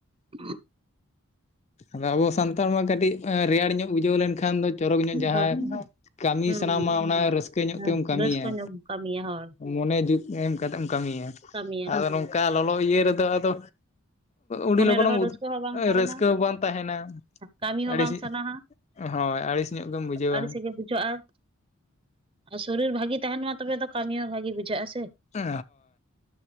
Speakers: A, on the right (about 25°); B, on the left (about 30°).
A: <unintelligible>
B: ᱟᱫᱚ ᱟᱵᱚ ᱥᱟᱱᱛᱟᱲ ᱢᱟ ᱠᱟᱹᱴᱤᱡ ᱨᱮᱭᱟᱲ ᱧᱚᱜ ᱵᱩᱡᱷᱟᱹᱣ ᱞᱮᱱᱠᱷᱟᱱ ᱫᱚ ᱪᱚᱨᱚᱠ ᱧᱚᱜ ᱡᱟᱦᱟᱸᱭ
A: ᱦᱚᱸ
B: ᱠᱟᱹᱢᱤ
A: ᱦᱩᱸ
B: ᱥᱟᱱᱟᱢᱟ ᱚᱱᱟ ᱨᱟᱹᱥᱠᱟᱹ ᱧᱚᱜ
A: ᱦᱮᱸ
B: ᱛᱮᱢ ᱠᱟᱹᱢᱤᱭᱟ᱾
A: ᱨᱟᱹᱥᱠᱟᱹ ᱧᱚᱜ ᱠᱟᱹᱢᱤᱭᱟ ᱦᱚᱲ
B: ᱢᱚᱱᱮ ᱡᱩᱛ ᱮᱢ ᱠᱟᱛᱮᱢ ᱠᱟᱹᱢᱤᱭᱟ᱾
A: ᱠᱟᱹᱢᱤᱭᱟ
B: ᱠᱟ ᱞᱚᱞᱚ ᱤᱭᱟᱹ ᱨᱮᱫᱚ ᱟᱫᱚ ᱩᱰᱤ
A: ᱢᱚᱱᱮ
B: ᱞᱚᱜᱚᱱ
A: ᱨᱮᱦᱚᱸ
B: ᱮᱢ
A: ᱨᱟᱹᱥᱠᱟᱹ
B: ᱫ ᱨᱟᱹᱥᱼᱼ
A: ᱦᱚᱸ ᱵᱟᱝ ᱛᱟᱦᱮᱱᱟ
B: ᱨᱟᱹᱥᱠᱟᱹ ᱦᱚᱵᱟᱝ ᱛᱟᱦᱮᱱᱟ
A: ᱠᱟᱹᱢᱤ ᱦᱚᱸ
B: ᱟᱹᱲᱤᱥᱤᱼᱼ
A: ᱵᱟᱝ ᱥᱟᱱᱟᱣᱟ
B: ᱦᱳᱭ ᱟᱹᱲᱤᱥ ᱧᱚᱜ ᱜᱮᱢ ᱵᱩᱡᱷᱟᱹᱣᱟ
A: ᱟᱹᱲᱤᱥ
B: ᱦᱮᱸ
A: ᱜᱮ ᱵᱩᱡᱷᱟᱹᱜᱼᱟ ᱟᱨ ᱥᱚᱨᱤᱨ ᱵᱷᱟᱜᱤ ᱛᱟᱦᱮᱱ ᱢᱟ ᱛᱚᱵᱮ ᱫᱚ ᱠᱟᱹᱢᱤ ᱦᱚᱸ ᱵᱷᱟᱜᱤ ᱵᱩᱡᱷᱟᱹᱜ ᱟᱥᱮ,
B: ᱦᱳᱭ